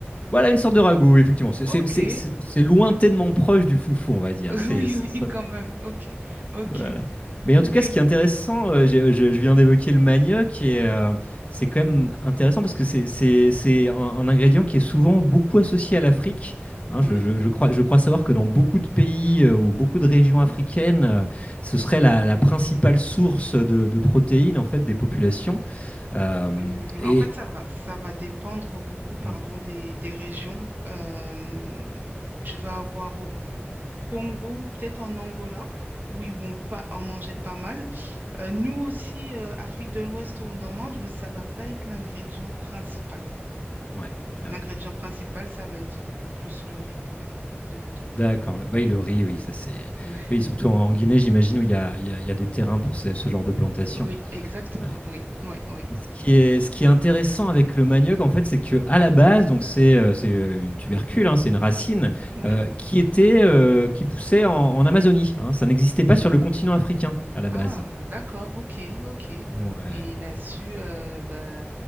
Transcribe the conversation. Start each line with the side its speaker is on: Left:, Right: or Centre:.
Left: Voilà une sorte de ragoût, effectivement. C'est
Right: Ok.
Left: c'est- c'est- c'est-
Right: <laughs>
Left: c'est lointainement proche du foufou, on va dire.
Right: Oui,
Left: C'est, c'est
Right: oui,
Left: ça.
Right: quand même. Ok. Ok.
Left: Voilà. Mais
Right: Ok.
Left: en tout cas, ce qui est intéressant, euh, j'ai- je, je viens d'évoquer le manioc et euh, c'est quand même intéressant parce que c'est c'est- c'est un, un ingrédient qui est souvent beaucoup associé à l'Afrique. Hein,
Right: Oui.
Left: je, je- je crois, je crois savoir que dans beaucoup de pays euh, ou beaucoup de régions africaines, euh, ce serait la, la principale source de, de protéines en fait des populations. Euh,
Right: Hum,
Left: et
Right: en fait, ça va, ça va dépendre beaucoup, pardon,
Left: Mm.
Right: des, des régions. Euh, tu vas avoir Congo ou peut-être en Angola, où ils vont pas en manger pas mal. Euh, nous aussi, euh, Afrique de l'Ouest, on en mange, mais ça va pas être l'ingrédient principal.
Left: ouais,
Right: L'ingrédient
Left: ouais, ouais.
Right: principal, ça va être beaucoup plus le riz, oui, de notre côté.
Left: D'accord, là-bas, il le riz, oui, ça c'est.
Right: Oui,
Left: Oui, surtout en, en Guinée, j'imagine, où il y a, il y a- il y a des terrains pour ce, ce genre de plantation.
Right: oui, exactement,
Left: Ouais.
Right: oui, oui, oui,
Left: Et Ce qui est, ce qui est intéressant avec le manioc, en fait, c'est que à la base, donc c'est euh, c'est, euh, une tubercule, hein, c'est une racine
Right: oui.
Left: euh, qui était, euh, qui poussait en, en Amazonie. hein. Ça n'existait pas sur le continent africain à la
Right: Ah,
Left: base.
Right: d'accord, ok, ok. Et
Left: Ouais,
Right: il a su euh, bah,